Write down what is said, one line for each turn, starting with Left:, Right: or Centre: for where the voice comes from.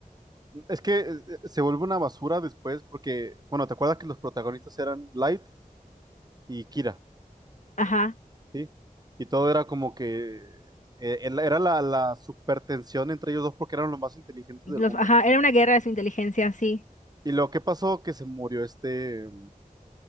Right: Es que eh, eh, se vuelve una basura después porque, bueno, ¿te acuerdas que los protagonistas eran Light y Kira?
Left: Ajá.
Right: Sí, y todo era como que eh, el- era la, la supertensión entre ellos dos porque eran los más inteligentes
Left: Los,
Right: del mundo.
Left: ajá, era una guerra de su inteligencia, sí.
Right: Y lo que pasó que se murió este,